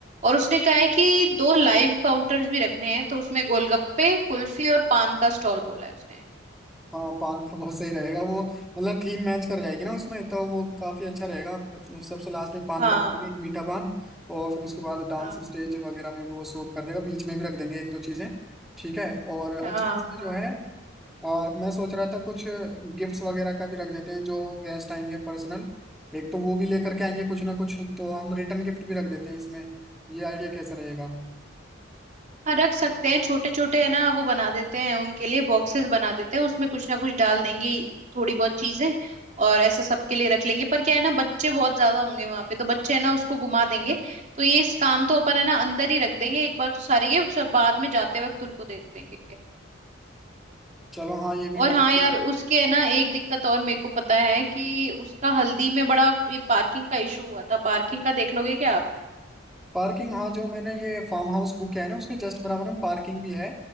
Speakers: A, on the right; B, in the centre.
A: और उसने कहा है कि दो लाइव काउंटर्स भी रखने हैं तो उसमें गोलगप्पे कुल्फी और पान का स्टॉल बोला है उसने
B: हाँ पान का बहुत सही रहेगा वो मतलब थीम मैच कर जाएगी ना उसमें तो वो काफी अच्छा रहेगा फिर अपने सबसे लास्ट में पान
A: हाँ
B: करेंगे एक मीठा पान और फिर उसके बाद डांस
A: हाँ
B: स्टेज वगैरह में भी वो शूट कर देगा बीच में भी रख देंगे एक दो चीजें ठीक है और
A: हाँ
B: अच्छे इसमें
A: हाँ
B: जो है और मैं सोच रहा था कुछ गिफ्ट्स वगैरह का भी रख देते हैं जो गेस्ट आएंगे पर्सनल एक तो वो भी लेकर के आएंगे कुछ ना कुछ तो हम रिटर्न गिफ्ट भी रख देते हैं इसमें ये आइडिया कैसा रहेगा
A: हाँ रख सकते हैं छोटे छोटे है ना वो बना देते हैं उनके लिए बॉक्सेस बना देते हैं उसमें कुछ ना कुछ डाल देंगे थोड़ी बहुत चीजें और ऐसा सबके लिए रख लेंगे पर क्या है ना बच्चे बहुत ज्यादा होंगे वहां पे तो बच्चे है ना उसको घुमा देंगे तो ये इस काम तो अपन है ना अंदर ही रख देंगे एक बार तो सारे गिफ्ट्स और बाद में जाते वक्त उनको दे देंगे
B: चलो हाँ ये भी
A: और
B: काफी
A: हाँ यार उसके है ना एक दिक्कत और मेरे को पता है कि उसका हल्दी में बड़ा ये पार्किंग का इशू हुआ था पार्किंग का देख लोगे क्या आप
B: पार्किंग हाँ जो मैंने ये फार्म हाउस बुक किया है ना उसके जस्ट बराबर में पार्किंग भी है